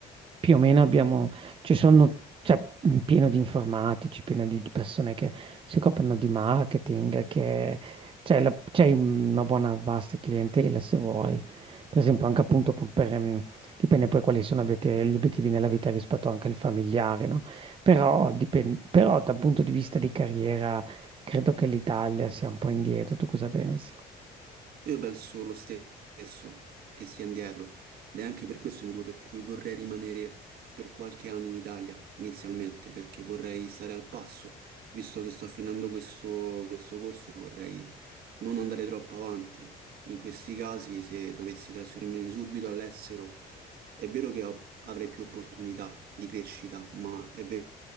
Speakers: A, on the right; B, on the right.
A: più o meno abbiamo, ci sono, cioè, pieno di informatici, pieno di persone che si occupano di marketing, che c'è la- c'è una buona vasta clientela se vuoi, per esempio anche appunto con- per, ehm, dipende poi quali sono avete- gli obiettivi nella vita rispetto anche al familiare, no? Però, dipen- però dal punto di vista di carriera credo che l'Italia sia un po' indietro, tu cosa pensi?
B: Io penso lo stesso, che sia indietro. Ed è anche per questo il motivo per cui vorrei rimanere per qualche anno in Italia inizialmente, perché vorrei stare al passo, visto che sto finendo questo questo corso, vorrei non andare troppo avanti. In questi casi, se dovessi trasferirmi subito all'estero, è vero che ho- avrei più opportunità di crescita, ma è vero